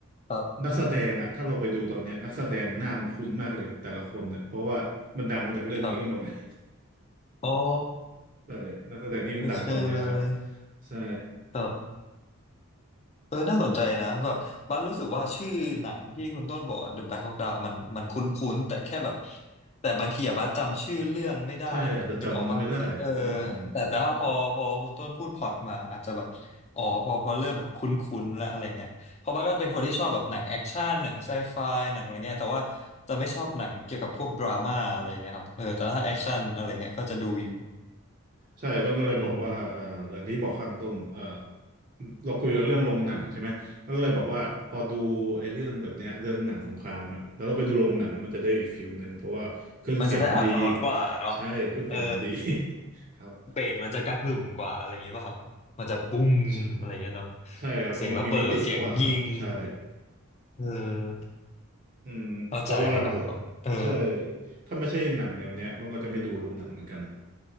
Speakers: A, on the left; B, on the right.
A: ครับ
B: นักแสดงอะถ้าเราไปดูตอนเนี้ยนักแสดงหน้ามันคุ้นมากเลยแต่ละคนเนี่ยเพราะว่ามันดังมาจากเรื่องนี้กันหมดเลย
A: ครับอ๋อ
B: <laughs> ใช่นักแสดงที่ยังดังตอนเนี้ยครับ
A: โอเคเลย
B: ใช่
A: ครับ เออน่าสนใจนะแบบบัสรู้สึกว่าชื่อหนังที่คุณต้นบอกอะ The Black Hawk Down มันมันคุ้นๆแต่แค่แบบแต่บางทีอะบัสจำชื่อเรื่องไม่ได้อะนึกออกป่ะเออ
B: ใช่อาจจะจำไม่ได้เพราะว่าอืม
A: แต่แต่ว่าพอพอคุณต้นพูดพล็อตมาอาจจะแบบอ๋อพอพอเริ่มแบบคุ้นๆแล้วอะไรเงี้ยเพราะบัสก็เป็นคนที่ชอบแบบหนังแอคชั่นหนังไซไฟหนังอะไรเงี้ยแต่ว่าจะไม่ชอบหนังเกี่ยวกับพวกดราม่าอะไรเงี้ยครับเออแต่ถ้าแอคชั่นอะไรเงี้ยก็จะดูอยู่
B: ใช่ต้องก็เลยบอกว่าเอ่ออย่างนี้บอกข้างต้นเอ่อ
A: อืม
B: เราคุยกันเรื่องโรงหนังใช่ไหมแล้วก็เลยบอกว่าพอดูไอ้เรื่องแบบเนี้ยเรื่องหนังสงครามอ่ะแล้วเราไปดูโรงหนังอะมันจะได้อีกฟิลหนึ่งเพราะว่าเครื่องเสียงมันดี
A: มันจะได้อรรถรสกว่าเนาะ
B: ใช่เครื่องเสียงมันดี
A: เออ
B: <laughs> ครับ
A: เบสมันจะกระหึ่มกว่าอะไรอย่างงี้ป่ะครับมันจะปุ้มอะไรอย่างเงี้ยเนาะ
B: ใช่ใช่ครับมมีมิติกว่าใช่
A: เสียงระเบิดเสียงยิงเออ
B: อืมเพราะว่า
A: เข้าใจเลยครับครับเออ
B: ใช่ถ้าไม่ใช่หนังแนวเนี้ยมันก็จะไม่ดูลงหนังเหมือนกัน